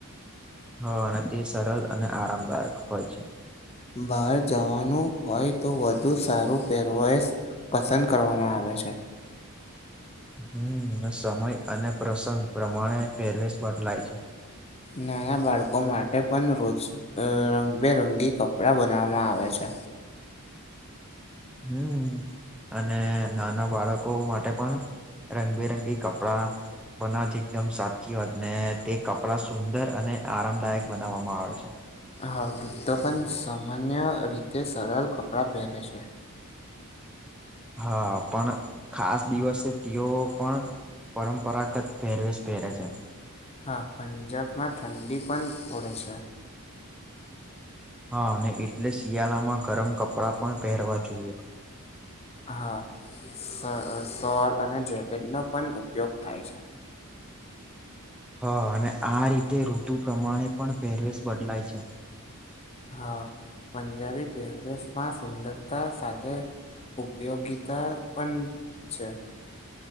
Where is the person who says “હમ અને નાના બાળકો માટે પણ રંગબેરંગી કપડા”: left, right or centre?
Centre